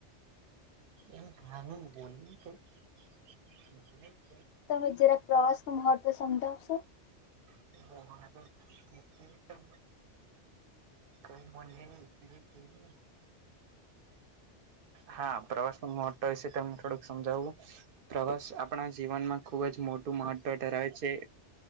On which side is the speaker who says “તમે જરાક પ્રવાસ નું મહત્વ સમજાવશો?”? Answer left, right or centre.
Left